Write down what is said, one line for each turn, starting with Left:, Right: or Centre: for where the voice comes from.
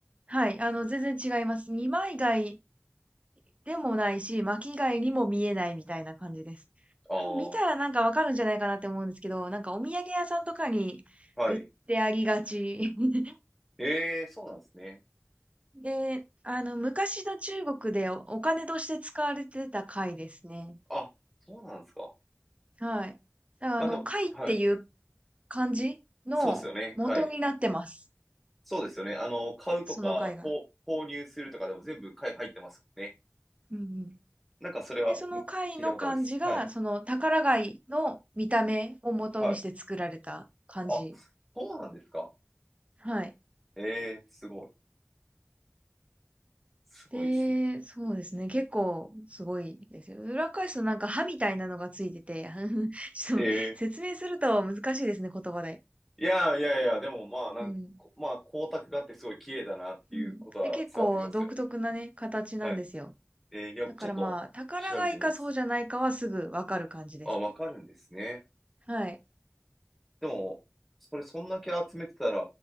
Right: はい。あの、全然違います。二枚貝でもないし、巻き貝にも見えないみたいな感じです。
Centre: ああ、
Right: 多分見たらなんかわかるんじゃないかなって思うんですけど、なんかお土産屋さんとかに売ってありがち。
Centre: はい。
Right: <laughs>
Centre: ええ、そうなんですね。
Right: で、あの、昔の中国でおお金として使われてた貝ですね。
Centre: あ、そうなんですか。
Right: はい。だからあの、
Centre: まあでも、
Right: 貝っていう
Centre: はい。
Right: 感じの元になってます。
Centre: そうですよね。はい。そうですよね。あの、買うとか、
Right: その貝が。
Centre: こう、購入するとかでも全部買い入ってますもんね。
Right: うんうん。
Centre: なんかそれはむ聞いたことあるです。
Right: で、その貝の漢字が、
Centre: はい。
Right: その宝貝の見た目を元にして作られた漢字
Centre: はい。あ、そうなんですか。
Right: はい。
Centre: ええすごい。すごいですね。
Right: で、そうですね。結構すごいですよ。裏返すとなんか歯みたいなのがついてて、<laughs> ちょっと説明すると難しいですね、
Centre: ええ
Right: 言葉で。
Centre: いやいやいや、でもまあ、なんこまあ、
Right: うん。
Centre: 光沢があってすごい綺麗だなっていうことは伝わってきますよ。
Right: うん。で、結構独特なね、形なんですよ。
Centre: はい。ええいや、
Right: だからまあ、
Centre: ちょっと調べてみます。
Right: 宝貝かそうじゃないかはすぐわかる感じですね。
Centre: あ、わかるんですね。
Right: はい。
Centre: でも、それそんだけ集めてたら、